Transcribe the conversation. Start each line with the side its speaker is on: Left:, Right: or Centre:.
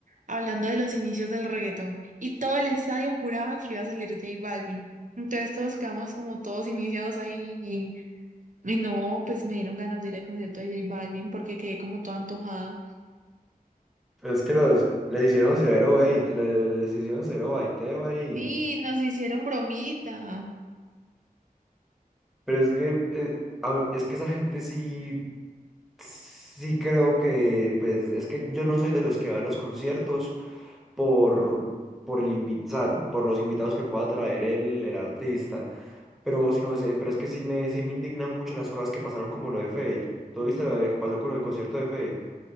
Right: hablando de los inicios del reggaetón. Y todo el estadio juraba que iba a salir J Balvin. Entonces todos quedamos como todos iniciados ahí y, y no, pues me dieron ganas de ir al concierto de J Balvin porque quedé como todo antojado.
Centre: Es que los les hicieron severo bait, le- le- les, hicieron severo baiteo ahí.
Right: Sí, nos hicieron bromita.
Centre: Pero es que eh, a- es que esa gente sí sí creo que pues es que yo no soy de los que va a los conciertos. por, por, el invi- o sea, por los invitados que pueda traer el, el artista. Pero, si no, es, pero es que sí me, sí me indigna mucho las cosas que pasaron como lo de Fade. ¿Tú viste lo de- que pasó con el concierto de Fade?